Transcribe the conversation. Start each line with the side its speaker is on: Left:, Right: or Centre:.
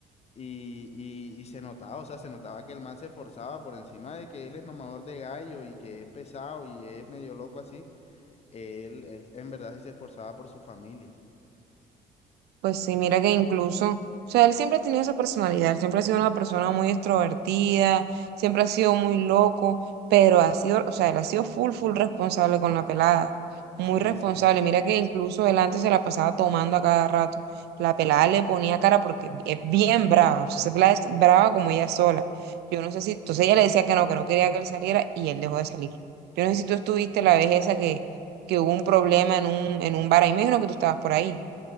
Left: Y, y, y se notaba, o sea, se notaba que el man se esforzaba por encima de que él es mamador de gallo y que es pesado y es medio loco así él, él en verdad sí se esforzaba por su familia.
Right: Pues sí, mira que incluso, o sea, él siempre ha tenido esa personalidad, él siempre ha sido una persona muy extrovertida, siempre ha sido muy loco, pero ha sido, o sea, él ha sido full, full responsable con la pelada, muy
Left: Sí,
Right: responsable.
Left: sí.
Right: Mira que incluso él antes se la pasaba tomando a cada rato. La pelada le ponía cara porque es bien brava, o sea, esa pelada es brava como ella sola. Yo no sé si, entonces ella le decía que no, que no quería que él saliera y él dejó de salir. Yo no sé si tú estuviste la vez esa que, que hubo un problema en un, en un bar, ahí me dijeron que tú estabas por ahí.